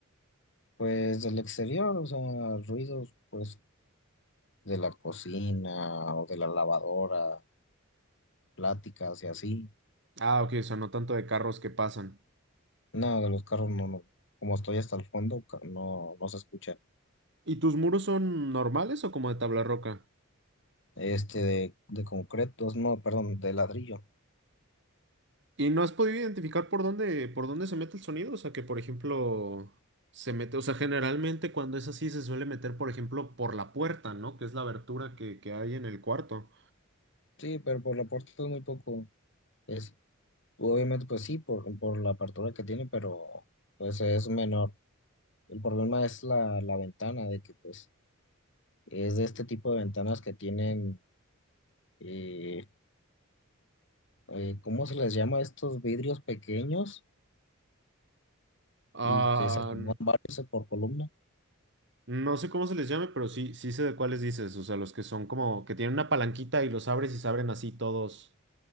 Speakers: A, on the left; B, on the right.
A: pues del exterior, o sea, ruidos pues de la cocina o de la lavadora pláticas y así.
B: Ah, ok, o sea, no tanto de carros que pasan.
A: No, de los carros no, no. Como estoy hasta el fondo, ca- no, no se escucha.
B: ¿Y tus muros son normales o como de tabla roca?
A: Este de, de concretos, no, perdón, de ladrillo.
B: ¿Y no has podido identificar por dónde, por dónde se mete el sonido? O sea, que por ejemplo, se mete, o sea, generalmente cuando es así se suele meter, por ejemplo, por la puerta, ¿no? Que es la abertura que, que hay en el cuarto.
A: Sí, pero por la puerta es muy poco. Es, obviamente, pues sí, por, por la apertura que tiene, pero pues es menor. El problema es la, la ventana, de que pues es de este tipo de ventanas que tienen, eh, eh, ¿cómo se les llama? Estos vidrios pequeños
B: Ah,
A: y que se acomodan varios por columna.
B: no sé cómo se les llame, pero sí, sí sé de cuáles dices. O sea, los que son como que tienen una palanquita y los abres y se abren así todos,